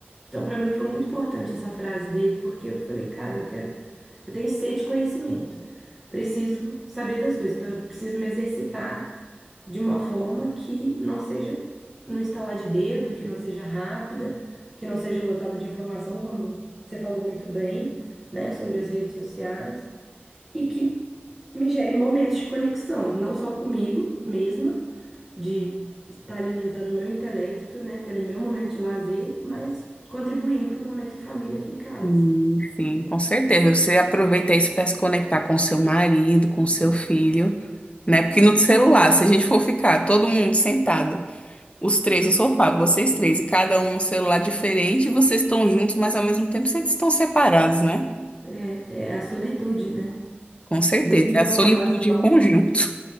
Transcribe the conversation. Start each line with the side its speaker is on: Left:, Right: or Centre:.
Centre: Então, para mim foi muito importante essa frase dele, porque eu falei, cara, eu quero, eu tenho sede de conhecimento. Preciso saber das coisas, então eu preciso me exercitar de uma forma que não seja no instalar de dedo, que não seja rápida, que não seja lotada de informação, como você falou muito bem, né, sobre as redes sociais, e que me gere momentos de conexão, não só comigo mesma, de estar alimentando o meu intelecto, né, tendo meu momento de lazer, mas contribuindo para um momento em família aqui em casa.
Left: Sim, sim, com certeza. Você aproveita isso para se conectar com seu marido, com seu filho, né? Porque no celular, se a gente for ficar todo mundo sentado, os três no sofá, vocês três, e cada um no celular diferente, vocês estão juntos, mas ao mesmo tempo vocês estão separados, né?
Centre: É, é a solitude, né?
Left: Com certeza.
Centre: Muita informação,
Left: É a solitude em conjunto.